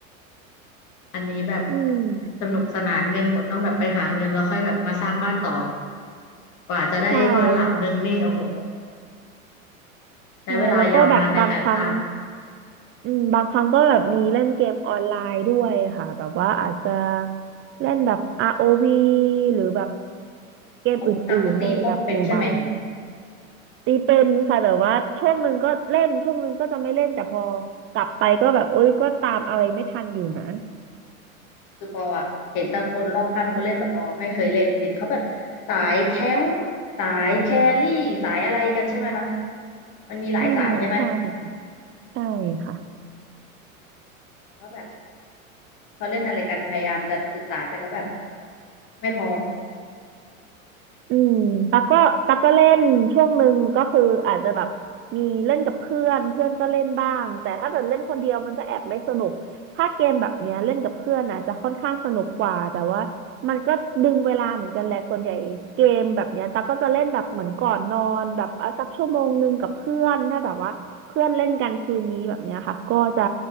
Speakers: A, on the left; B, on the right.
A: อันนี้แบบ
B: <laughs> อืม
A: สนุกสนานเงินหมดต้องแบบไปหาเงินแล้วค่อยแบบมาสร้างบ้านต่อกว่าจะได้บ้านหลังนึงนี่โอ้โห
B: ใช่ค่ะ
A: ใช้เวลายาวนานในการสร้าง
B: ใช่แล้วก็แบบบางครั้ง อืมบางครั้งก็แบบมีเล่นเกมออนไลน์ด้วยค่ะแบบว่าอาจจะเล่นแบบ ROV หรือแบบเกมอื่นๆในแบบโมบาย
A: อ๋อคุณตักก็ตีป้อมเป็นใช่ไหม
B: ตีเป็นค่ะแต่ว่าช่วงหนึ่งก็เล่นช่วงหนึ่งก็จะไม่เล่นแต่พอกลับไปก็แบบโอ๊ยก็ตามอะไรไม่ทันอยู่นะ
A: คือปออะเห็นแต่คนรอบข้างเขาเล่นแต่ปอไม่เคยเล่นเห็นเขาแบบสายแท้งค์สายแครี่สายอะไรกันใช่ไหมคะมันมีหลายสายใช่ไหม
B: อืมใช่ค่ะใช่ค่ะ
A: ปอก็แบบเขาเล่นอะไรกันพยายามจะศึกษาแต่ก็แบบไม่พร้อม
B: อืมตักก็ตักก็เล่นช่วงหนึ่งก็คืออาจจะแบบมีเล่นกับเพื่อนเพื่อนก็เล่นบ้างแต่ถ้าเกิดเล่นคนเดียวมันก็แอบไม่สนุกถ้าเกมแบบเนี้ยเล่นกับเพื่อนนะจะค่อนข้างสนุกกว่าแต่ว่ามันก็ดึงเวลาเหมือนกันแหละส่วนใหญ่เกมแบบเนี้ยตักก็จะเล่นแบบเหมือนก่อนนอนแบบอ่ะสักชั่วโมงหนึ่งกับเพื่อนถ้าแบบว่าเพื่อนเล่นกันคืนนี้แบบเนี้ยค่ะก็จะ